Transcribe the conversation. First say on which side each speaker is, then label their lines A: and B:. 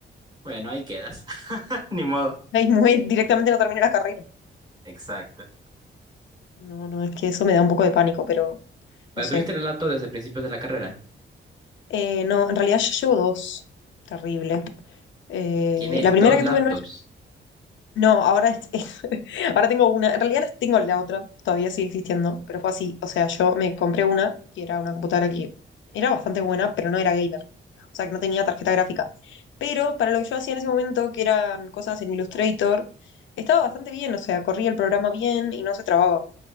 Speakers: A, on the right (about 20°); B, on the left (about 80°).
A: Bueno, ahí quedas. <laughs> Ni modo.
B: <laughs> Ahí muy directamente no terminé la carrera.
A: Exacto.
B: No, no, es que eso me da un poco de pánico, pero
A: Pero
B: no sé.
A: tuviste el relato desde principios de la carrera.
B: Eh, no, en realidad yo llevo dos. Terrible. Eh,
A: Tienes
B: la primera
A: dos
B: que
A: laptops.
B: tuve no es- No, ahora, es- <laughs> ahora tengo una. En realidad las tengo la otra, todavía sigue existiendo, pero fue así. O sea, yo me compré una que era una computadora que era bastante buena, pero no era gamer. O sea, que no tenía tarjeta gráfica. Pero para lo que yo hacía en ese momento, que eran cosas en Illustrator, estaba bastante bien. O sea, corría el programa bien y no se trababa